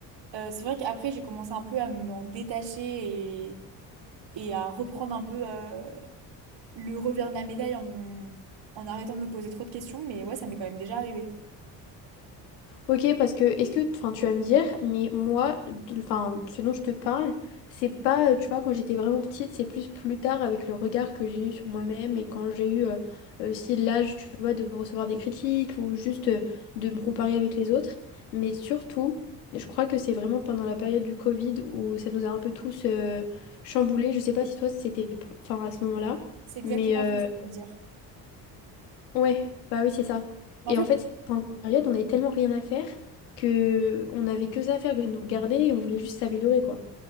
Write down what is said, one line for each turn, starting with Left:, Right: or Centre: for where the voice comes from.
Right: Euh, c'est vrai qu'après, j'ai commencé un peu à m'en détacher et, et à reprendre un peu euh, le revers de la médaille en... en arrêtant de me poser trop de questions. Mais ouais, ça m'est quand même déjà arrivé.
Left: Ok, parce que est-ce que enfin tu vas me dire, mais moi, de- enfin ce dont je te parle, c'est pas, euh, tu vois, quand j'étais vraiment petite, c'est plus plus tard avec le regard que j'ai eu sur moi-même et quand j'ai eu euh, euh, aussi l'âge, tu vois, de recevoir des critiques ou juste euh, de me comparer avec les autres. Mais surtout, je crois que c'est vraiment pendant la période du Covid où ça nous a un peu tous euh, chamboulés. Je sais pas si toi c'était, enfin à ce moment-là,
Right: C'est exactement
Left: mais euh,
Right: ce que je voulais te dire.
Left: Ouais, bah oui, c'est ça.
Right: Mais
Left: Et
Right: en fait,
Left: en fait, pendant cette période, on n'avait tellement rien à faire que on n'avait que ça à faire que de nous regarder et on voulait juste s'améliorer, quoi.